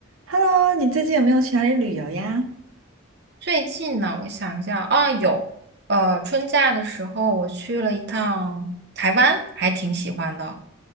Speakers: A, on the right (about 80°); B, on the right (about 50°).
A: Hello，你最近有没有去哪里旅游呀？
B: 最近呢，我想一下啊，有，呃，春假的时候我去了一趟台湾，还挺喜欢的。